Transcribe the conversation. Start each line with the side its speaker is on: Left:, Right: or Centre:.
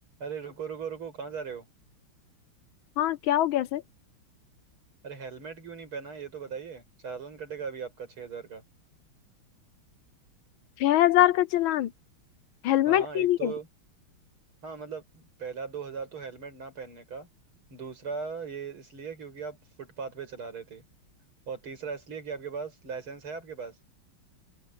Right: अरे रुको रुको रुको कहाँ जा रहे हो
Left: हाँ क्या हो गया सर
Right: अरे हेलमेट क्यों नहीं पहना ये तो बताइए चालान कटेगा अभी आपका छह हजार का
Left: छह हजार का चालान हेलमेट
Right: हाँ हाँ
Left: के
Right: एक
Left: लिए
Right: तो हाँ मतलब पहला दो हजार तो हेलमेट ना पहनने का दूसरा ये इसलिए क्योंकि आप फुटपाथ पे चला रहे थे और तीसरा इसलिए कि आपके पास लाइसेंस है आपके पास